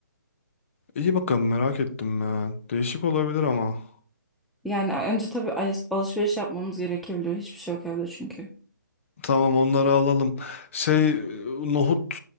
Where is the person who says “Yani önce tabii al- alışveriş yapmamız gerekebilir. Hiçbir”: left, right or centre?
Centre